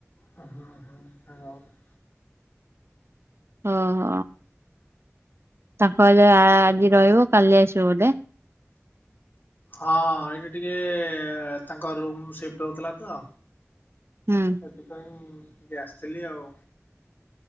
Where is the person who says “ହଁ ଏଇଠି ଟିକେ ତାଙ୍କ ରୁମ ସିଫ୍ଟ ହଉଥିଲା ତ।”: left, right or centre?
Left